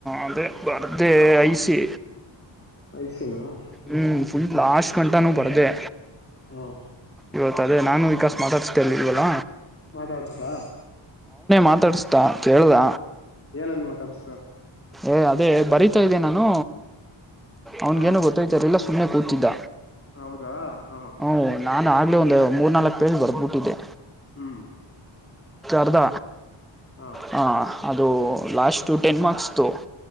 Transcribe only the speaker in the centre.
ಅದೇ ಬರ್ದೆೆ ಐಸಿ
ಹ್ಮ
ಫುಲ್ ಲಾಸ್ಟ ಕಂ ಊ ಬರ್ದೇ
ಇವತ್ತು ಅದೇ ನಾನು ವಿಕಾಸ್ ಮಾತಾಡುಸ್ತಾ ಇವಲ್ಲ
ಮಾತಾಡ್ಸ್ತಾ ಕೇಳ್ದ
ಅ ಅದೇ ಬರೀತಾ ಇದ್ದೆ ನಾನು ಅವ್ನಿಗೇನು
ಗೊತ್ತಾಯಿತಾಇರ್ಲಿಲ್ಲ ಇಲ್ಲ ಸುಮ್ಮನೆ ಕೂತಿದ್ದ
ಹ್ಞೂ ನಾನು ಆಗ್ಲೇ ಒಂದು ಮೂರ್ ನಾಲ್ಕ್ ಪೇಜ್ ಬರ್ಬಿಟ್ಟಿದ್ದೆ
ಅರ್ಧ
ಹ ಅದು ಲಾಸ್ಟ್ು ಟೆನ್ ಮಾರ್ಕ್ಸ್ದು